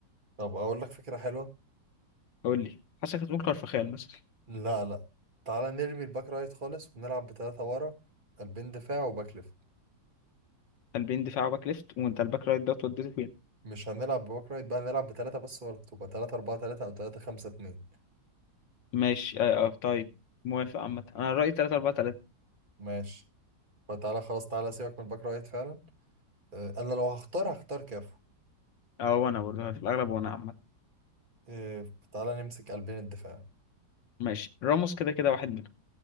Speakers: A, on the right; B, on the left.
A: طب اقول لك فكرة حلوة
B: قول لي حاسسك هتقول كارفخال مثلا
A: لا لا تعالى نرمي الباك رايت خالص ونلعب بتلاتة ورا قلبين دفاع وباك ليفت
B: قلبين دفاع وباك ليفت وانت الباك رايت ده وديته فين
A: مش هنلعب بباك رايت بقى نلعب بتلاتة بس ورا تبقى تلاتة أربعة تلاتة أو تلاتة خمسة اتنين
B: ماشي اه آه، طيب موافق عامه انا رايي 3 4 3
A: ماشي فتعالى خلاص تعالى سيبك من الباك رايت فعلا آه، أنا لو هختار هختار كافو
B: اه وانا برضه في الاغلب وانا عامه
A: آه، تعالى نمسك قلبين الدفاع
B: ماشي راموس كده كده واحد منهم